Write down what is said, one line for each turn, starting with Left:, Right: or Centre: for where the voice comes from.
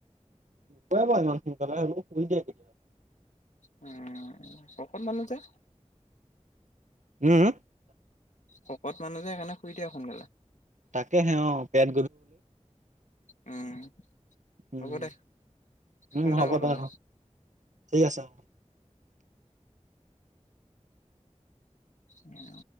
Right: নুকুৱ ইমান সোনকালে হ শুই দেই সি
Left: উম ককত বানু যে,
Right: উম উম
Left: শকত মানুহ যে সেইকাৰণে শুই দিয়ে সোনকালে,
Right: তাকে হে অ', পেন
Left: উম,
Right: উম
Left: হ'ব দে।
Right: উম
Left: হোণ্ডা
Right: হ'ব
Left: কত
Right: দে
Left: হলে?
Right: ঠিক আছে অ'।
Left: উ